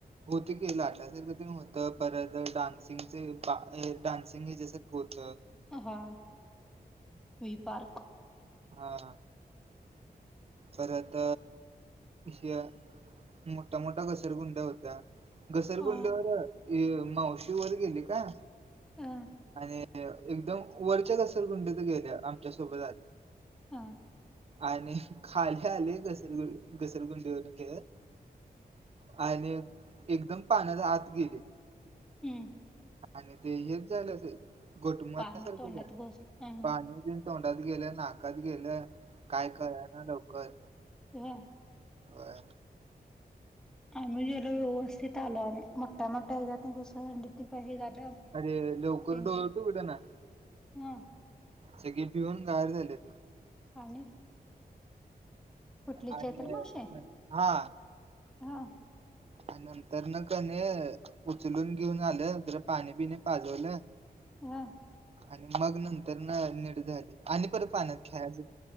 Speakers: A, on the right (about 40°); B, in the centre.
A: होत की, लाटासारखं तेन होतं, परत डान्सिंगचं बा डान्सिंग हेच्यासारखं होतं.
B: अं, हा वी पार्क.
A: हा.
B: <inaudible>
A: परत ह्य मोठा मोठ्या घसरगुंड्या होत्या. घसरगुंडीवर
B: हा
A: य मावशी वर गेली काय,
B: हा.
A: आणि एकदम वरच्या घसरगुंडीत गेल्या, आमच्यासोबत आल्या.
B: हा.
A: आणि खाली आले घसरगु घसरगुंडीवरून खेळत.
B: ह.
A: आणि एकदम पाण्याच्या आत गेली.
B: हम्म.
A: आणि ते हेच झालं अस घोटमळ्यासारखा
B: पाणी तोंडात
A: झालं.
B: घोस हा.
A: पाणी तोंडात गेलं नाकात गेलं काय कळना लवकर.
B: ह.
A: होय.
B: आम्ही गेलो व्यवस्थित आलो आम्ही मोठ्या मोठ्या ह्याच्या घुसंडी ति बाहेर आलं.
A: अरे लवकर
B: त्यांच्या
A: डोळे भी उघडना.
B: हा
A: सगळी भिऊन गार झालेत.
B: आणि. कुठली
A: आणि
B: चैत्र मावशी
A: हा.
B: हा.
A: आणि नंतर कणी उचलून घेऊन आलं जरा पाणी बिनि पाजवल.
B: हा.
A: आणि मग नंतर ना निट झाली. आणि परत पाण्यात खेळाय